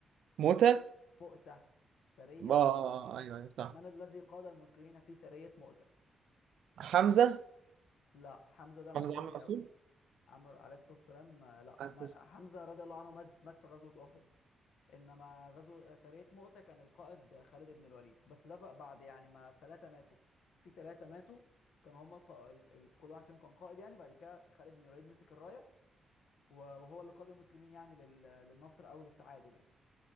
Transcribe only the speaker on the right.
موته اه
آه، آه،
ايوه ايوه صح
حمزه
حمزه
عم الرسول
اه